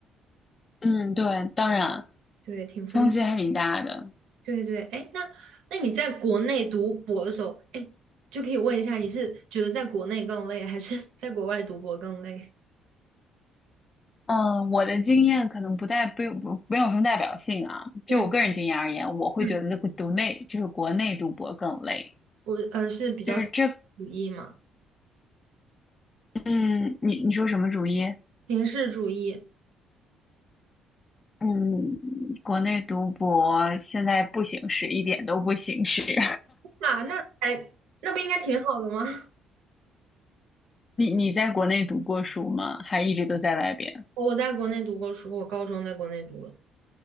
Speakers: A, on the left; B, on the right.
A: 嗯，对，当然
B: 对，挺丰。
A: 冲击还挺大的。
B: 对对，哎，那那你在国内读博的时候，哎，就可以问一下，你是觉得在国内更累，还是 <laughs> 在国外读博更累？
A: 嗯，我的经验可能不代不不没有什么代表性啊。就我个人经验而言，
B: 嗯
A: 我会觉得这个读内就是国内读博更累。
B: 嗯，我呃是比较形式主义嘛，
A: 就是这，嗯，你你说什么主意？
B: 形式主义
A: 嗯，国内读博现在不行使，一点都不行使。<laughs>
B: 啊，那哎，那不应该挺好的吗？<laughs>
A: 你你在国内读过书吗？还一直都在外边？
B: 我在国内读过书，我高中在国内读的，